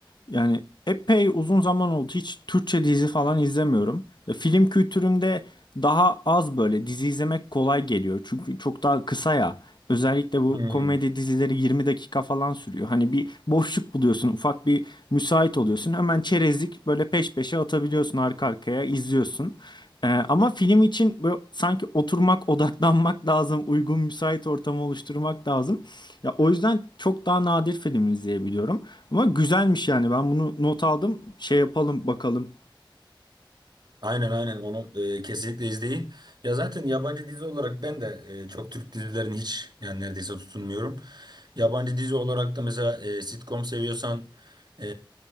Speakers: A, on the left; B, on the right.
A: Yani epey uzun zaman oldu. Hiç Türkçe dizi falan izlemiyorum. Ya film kültürümde daha az böyle dizi izlemek kolay geliyor. Çünkü çok daha kısa ya. Özellikle bu
B: Hmm.
A: komedi dizileri 20 dakika falan sürüyor. Hani bir boşluk buluyorsun, ufak bir müsait oluyorsun. Hemen çerezlik böyle peş peşe atabiliyorsun arka arkaya izliyorsun. Ee, ama film için böyle sanki oturmak, odaklanmak lazım, uygun müsait ortamı oluşturmak lazım. Ya o yüzden çok daha nadir film izleyebiliyorum. Ama güzelmiş yani. Ben bunu not aldım. Şey yapalım bakalım.
B: Aynen aynen onu e, kesinlikle izleyin. Ya zaten yabancı dizi olarak ben de e, çok Türk dizilerini hiç yani neredeyse tutunmuyorum. Yabancı dizi olarak da mesela e, sitcom seviyorsan e,